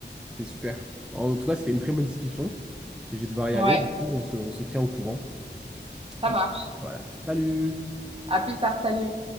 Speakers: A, in the centre; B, on the right (about 30°).
A: c'est super. En tout cas, c'était une très bonne discussion. Je vais devoir y
B: Ouais,
A: aller. Du coup, on se, on se tient au courant.
B: ça
A: Donc,
B: marche.
A: voilà. Salut.
B: À plus tard, salut.